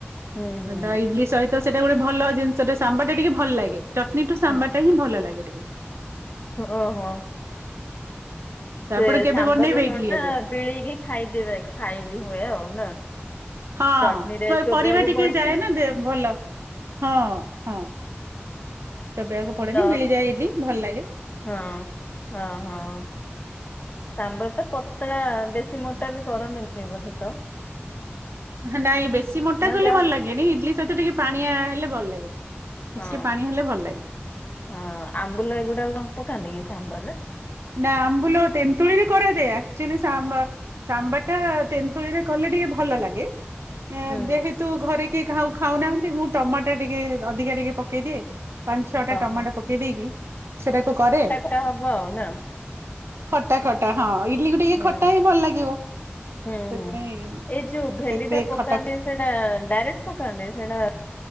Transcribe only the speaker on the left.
ହୁଁ ହୁଁ
ହଁ
ଓହୋ। ସେ
ସାମ୍ବର
କଣ
ନା
ବିଳେଇକି ଖାଇଦେବେ ଖାଇବି ହୁଏ ଆଉ ନା।
ଚଟନୀରେ ଚୋବେଇବାକୁ
ପଡେ
ତ
ହଁ ହଁ ହଁ। ସାମ୍ବର ଟା ପତଳା ବେଶୀ ମୋଟା ବି କରନ୍ତିନି ବୋଧେ ତ।
ନା
ଯାହା
ହଁ
ହଁ ଆମ୍ବୁଲ ଗୁଡା କଣ ପକାନ୍ତି କି ସେ ଆମ୍ବରରେ।
ହୁଁ
ଓହୋ
ସେଟା ହବ ଆଉ ନା।
ହୁଁ
ହୁଁ
ହୁଁ ଏଇ ଯୋଉ ଭେଣ୍ଡି
ଟା ପକାନ୍ତି
ସେଇଟା ଡାଇରେକ୍ଟ ପକାନ୍ତି ସେଇଟା।